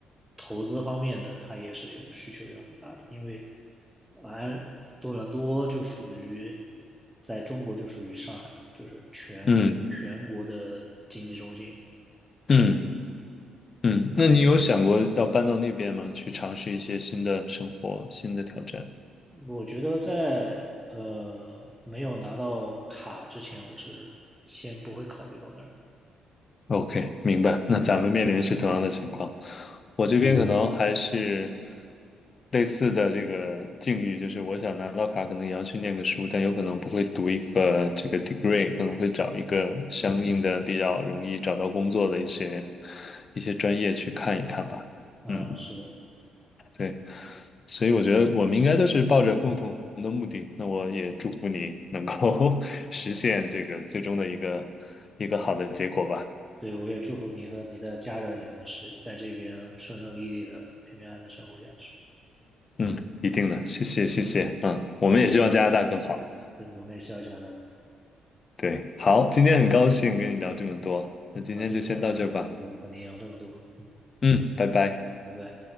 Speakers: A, in the centre; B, on the left (about 40°).
A: 投资方面的，它也是有需求有很大的，因为呃安多伦多就属于在中国就属于上海嘛就是全全国的经济中心。
B: 嗯嗯嗯，那你有想过要搬到那边吗？去尝试一些新的生活、新的挑战？
A: 我觉得在呃没有拿到卡之前，我是先不会考虑到那儿。
B: OK，明白。那咱们面临的是同样的情况，我这边可能还是类似的这个境遇，就是我想拿到卡，可能也要去念个书，但有可能不会读一个这个 degree，可能会找一个相应的比较容易找到工作的一些一些专业去看一看吧。
A: 嗯，
B: 嗯，
A: 是的，
B: 对，所以我觉得我们应该都是抱着共同的目的。那我也祝福你能够 <laughs> 实现这个最终的一个一个好的结果吧。
A: 对，我也祝福你和你的家人也能是在这边顺顺利利的、平平安安的生活下去。
B: 嗯，一定的，谢谢谢谢，嗯，我们也希望加拿大更好。
A: 对，我们也希望加拿大更好
B: 对，好，今天很高兴跟你聊这么多，那今天就先到这儿吧，
A: 啊！今天也很高兴和和您聊这么多，嗯，
B: 嗯，拜拜。
A: 拜拜。